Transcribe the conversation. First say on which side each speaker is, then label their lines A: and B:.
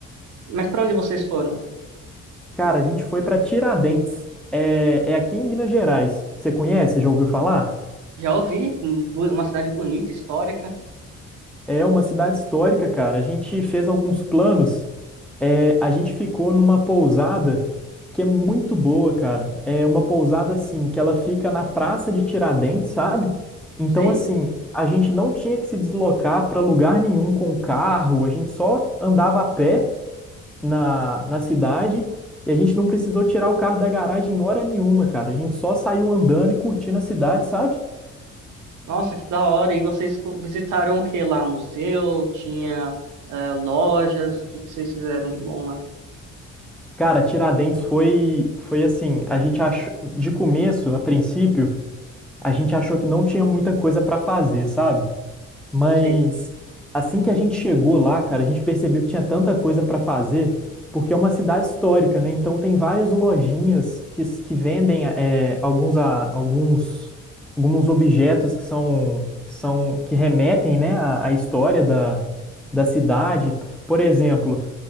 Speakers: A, on the right (about 75°); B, in the centre.
A: Mas pra onde vocês foram?
B: Cara, a gente foi para Tiradentes. É, é aqui em Minas Gerais. Você conhece? Já ouviu falar?
A: Já ouvi, um, bu- uma cidade bonita, histórica.
B: É uma cidade histórica, cara. A gente fez alguns planos. É, a gente ficou numa pousada que é muito boa, cara. É uma pousada assim, que ela fica na Praça de Tiradentes, sabe? Então,
A: Sei.
B: assim, a gente não tinha que se deslocar para lugar nenhum com o carro, a gente só andava a pé na, na cidade e a gente não precisou tirar o carro da garagem em hora nenhuma, cara. A gente só saiu andando e curtindo a cidade, sabe?
A: Nossa, que da hora. E vocês co- visitaram o que lá? Museu? Tinha, eh, lojas? O que que vocês fizeram de bom lá?
B: Cara, Tiradentes foi, foi assim, a gente achou, de começo, a princípio, a gente achou que não tinha muita coisa pra fazer, sabe? Mas
A: Sei.
B: assim que a gente chegou lá, cara, a gente percebeu que tinha tanta coisa pra fazer, porque é uma cidade histórica, né? Então tem várias lojinhas que, s- que vendem é, alguns, a- alguns, alguns objetos que são, que são, que remetem, né, à, à história da, da cidade. Por exemplo,